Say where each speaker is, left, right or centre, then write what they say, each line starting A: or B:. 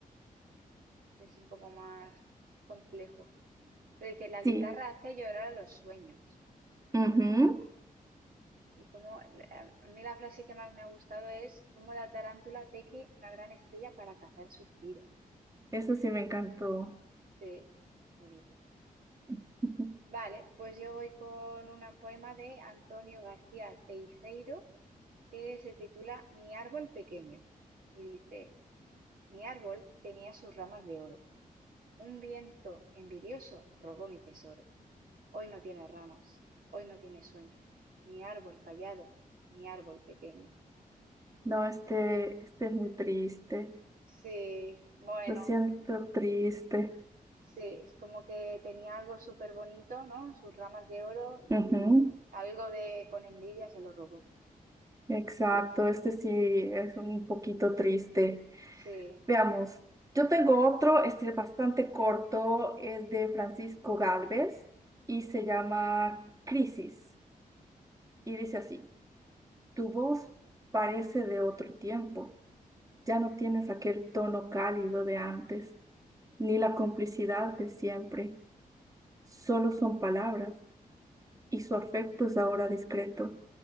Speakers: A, on the right (about 70°); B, on the right (about 20°).
A: Es un poco más complejo. Pero dice, la
B: Sí,
A: guitarra hace llorar a los sueños.
B: ujú,
A: Y como a mí la frase que más me ha gustado es cómo la tarántula teje una gran estrella para cazar suspiros.
B: Eso
A: Uy,
B: sí me encantó.
A: sí, bonito.
B: <laughs>
A: Vale, pues yo voy con un poema de Antonio García Teijeiro que se titula Mi árbol pequeño y dice, Mi árbol tenía sus ramas de oro. Un viento envidioso robó mi tesoro. Hoy no tiene ramas, hoy no tiene sueños. Mi árbol callado, mi árbol pequeño.
B: No, este, este es muy triste.
A: Sí, bueno,
B: Lo siento triste.
A: sí, es como que tenía algo súper bonito, ¿no? Sus ramas de oro
B: Ujú,
A: y algo de con envidia se lo robó.
B: Exacto,
A: Sí,
B: este sí es un poquito triste.
A: sí.
B: Veamos, yo tengo otro, este es bastante corto, es de Francisco Gálvez y se llama Crisis y dice así, tu voz parece de otro tiempo, ya no tienes aquel tono cálido de antes, ni la complicidad de siempre, solo son palabras y su afecto es ahora discreto